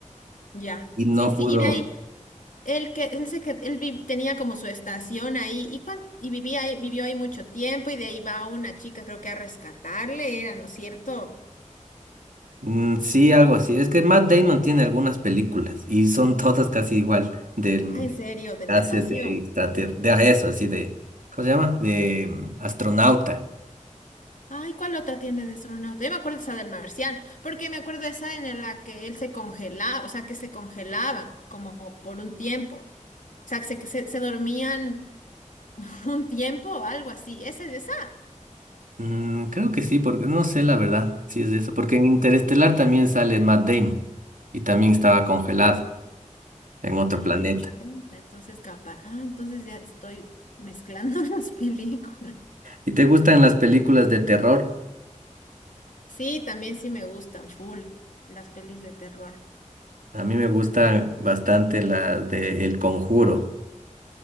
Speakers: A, on the left; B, on the right.
A: ya,
B: y no
A: sí, sí,
B: pudo
A: y de ahí, él que, él se que, él vi- tenía como su estación ahí, y, cuan- y vivía ahí, vivió ahí mucho tiempo, y de ahí va una chica, creo que a rescatarle, era, ¿no es cierto?
B: Mm, sí, algo así. Es que Matt Damon tiene algunas películas y son todas casi igual. Del
A: Ah, en serio, del
B: hace
A: espacio.
B: de extrater, de a eso, así de, ¿cómo se llama? De mm, astronauta.
A: Ay, ¿cuál otra tiene de astronauta? Yo me acuerdo esa del marciano, porque me acuerdo esa en la que él se congelaba, o sea, que se congelaban como por un tiempo. O sea, que se, que se, se dormían <laughs> un tiempo o algo así. Esa es esa.
B: Mm, creo que sí, porque no sé la verdad si es eso, porque en Interestelar también sale Matt Damon y también estaba congelado en otro
A: Ay,
B: planeta.
A: chuta, entonces capaz. Ah, entonces ya estoy mezclando <laughs> las películas.
B: ¿Y te gustan las películas de terror?
A: Sí, también sí me gustan, full, las pelis de terror.
B: A mí me gustan bastante las de El Conjuro.